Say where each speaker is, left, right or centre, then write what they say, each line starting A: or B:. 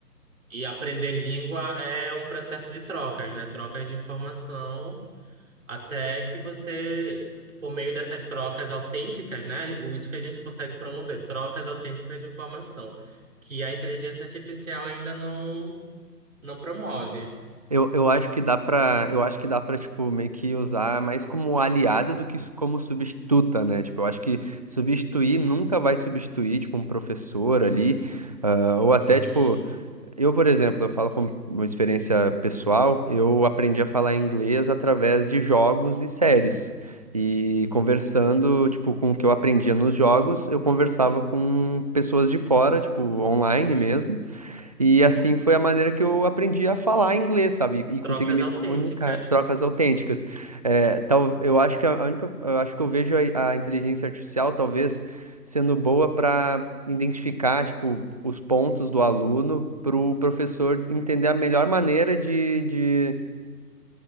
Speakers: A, on the right; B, on the right.
A: E aprender língua é um processo de trocas, né? Trocas de informação até que você, por meio dessas trocas autênticas, né? o- Isso que a gente consegue promover, trocas autênticas de informação, que a inteligência artificial ainda não Não promove.
B: Eu, eu acho que dá pra, eu acho que dá pra, tipo, meio que usar mais como aliada do que como substituta, né? Tipo, eu acho que substituir nunca vai substituir, tipo, um professor ali, ah, ou até,
A: Uhum.
B: tipo, eu, por exemplo, eu falo com uma experiência pessoal, eu aprendi a falar inglês através de jogos e séries. E conversando, tipo, com o que eu eu aprendia nos jogos eu conversava com pessoas de fora tipo online mesmo e assim foi a maneira que eu aprendi a falar inglês, sabe? E, e conseguir
A: Trocas
B: me
A: autênticas.
B: comunicar, trocas autênticas. É, tal, eu acho que a a única, eu acho que eu vejo a, a inteligência artificial talvez sendo boa para identificar, tipo, os pontos do aluno para o professor entender a melhor maneira de de